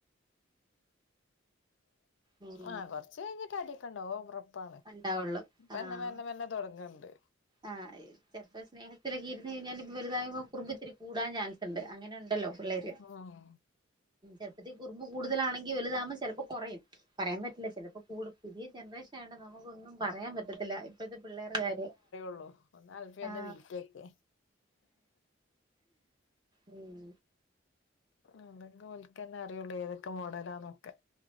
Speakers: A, on the right (about 25°); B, on the left (about 70°).
A: ഉം
B: ആഹ കൊറച്ച് കഴിഞ്ഞിട്ട് അടക്കണ്ട ഓ <inaudible>
A: ഉണ്ടാവുള്ളു
B: പിന്നെ
A: ആഹ്
B: മന്നെ മന്നെ തുടങ്ങണ്ട്
A: ആഹ് ചെലപ്പോ സ്നേഹത്തിലൊക്കെ ഇരുന്ന് കഴിഞ്ഞാല് ഇപ്പ വലുതാകുമ്പോ കുറുമ്പ് ഇത്തിരി കൂടാൻ ചാൻസ് ഉണ്ട് അങ്ങനെ ഉണ്ടല്ലോ പിള്ളേര്
B: ആഹ്
A: ഉെ പ്പത്ത കുറുമ്പ് കൂടുതലണെങ്കിൽ വലുതാകുമ്പം ചിലപ്പോ കുറയും പറയാൻ പറ്റില്ല ചിലപ്പോ കൂ പുതിയ ജനറേഷൻ ആയണ്ട നമുക്കൊന്നും പറയാൻ പറ്റത്തില്ല ഇപ്പഴത്തെ പിള്ളേരുടെ കാര്യം
B: ള്ളൂ ഒന്ന് അൽഫിയ
A: ആഹ്
B: ഒന്ന് വീട്ടിലൊക്കെ
A: ഉം
B: അതെങ്ക വലിക്കന്നെ അറിയുള്ളൂ ഏതൊക്കെ മോഡലാ <inaudible> ന്നൊക്കെ